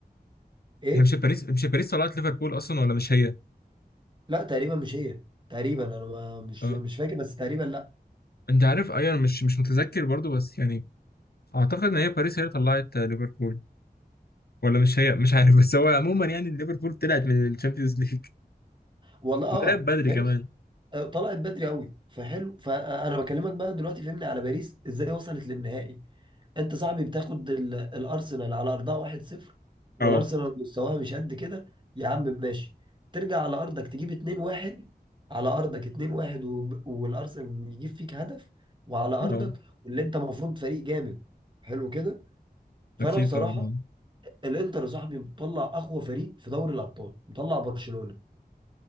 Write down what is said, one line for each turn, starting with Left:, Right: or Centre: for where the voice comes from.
Right: ايه
Left: هي مش باريس مش باريس طلعت ليفربول اصلا ولا مش هي
Right: لا تقريبا مش هي تقريبا انا ما- مش
Left: اه
Right: مش فاكر بس تقريبا لا
Left: انت عارف ايوه أنا مش مش متذكر برضو بس يعني اعتقد ان هي باريس هي اللي طلعت آه، ليفربول ولا مش هي مش عارف <laughs> بس هو عموما يعني ليفربول طلعت من الشامبيونز ليج
Right: والله اه
Left: وطلعت بدري كمان
Right: آه، طلعت بدري قوي فحلو فانا بكلمك بقى دلوقتي فهمني على باريس ازاي وصلت للنهائي انت صاحبي بتاخد ال- الارسنال على ارضها 1-0 والارسنال
Left: اه
Right: مستواها مش قد كده يا عم ماشي ترجع على ارضك تجيب 2-1 على ارضك 2-1 وب- والارسنال يجيب فيك هدف وعلى ارضك
Left: اه
Right: واللي انت المفروض فريق جامد حلو كده فانا
Left: اكيد
Right: بصراحه
Left: طبعا
Right: الانتر يا صاحبي مطلع اقوى فريق في دوري الابطال مطلع برشلونه